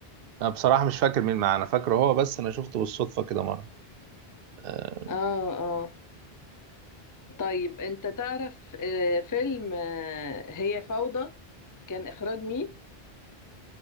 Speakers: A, on the right; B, on the left.
A: انا بصراحة مش فاكر مين معانا فاكره هو بس انا شفته بالصدفة كده مرة آه.
B: اه اه طيب انت تعرف آه، فيلم آه، هي فوضى كان اخراج مين